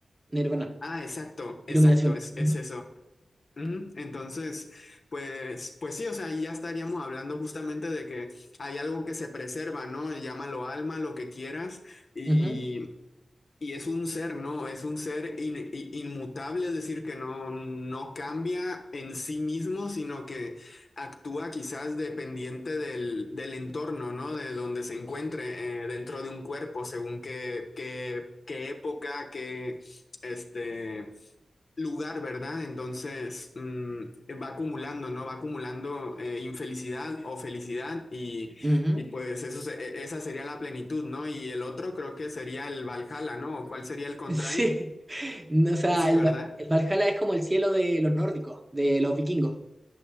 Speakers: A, on the right; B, on the left.
A: nirvana,
B: Ah, exacto,
A: iluminación.
B: exacto, es,
A: Ujú,
B: es eso. Ujú, Entonces, pues, pues sí, o sea, ahí ya estaríamos hablando justamente de que hay algo que se preserva, ¿no? Llámalo alma, lo que quieras, y,
A: ujú,
B: y es un ser, ¿no? Es un ser in- i- inmutable, es decir, que no, no cambia en sí mismo, sino que actúa quizás dependiente del, del entorno, ¿no? De donde se encuentre eh, dentro de un cuerpo, según qué, qué, qué época, qué, este lugar, ¿verdad? Entonces mm, va acumulando, ¿no? Va acumulando eh, infelicidad o felicidad y,
A: ujú.
B: y pues eso se- e- esa sería la plenitud, ¿no? Y el otro creo que sería el Valhalla, ¿no? ¿O ¿Cuál sería el
A: <laughs>
B: contrario?
A: Sí,
B: <laughs>
A: No, o sea,
B: Sí,
A: el,
B: ¿verdad?
A: Va- el Valhalla es como el cielo de los nórdicos, de los vikingos.